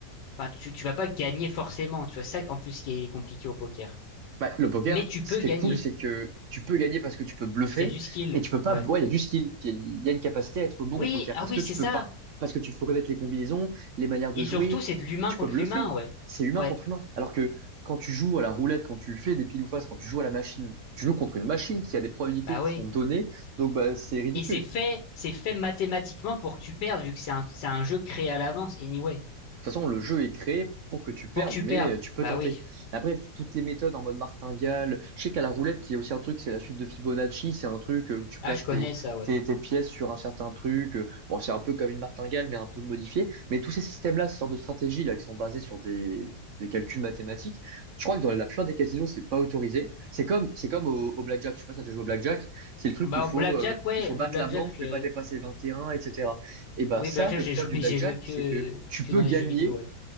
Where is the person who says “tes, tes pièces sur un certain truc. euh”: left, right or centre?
Right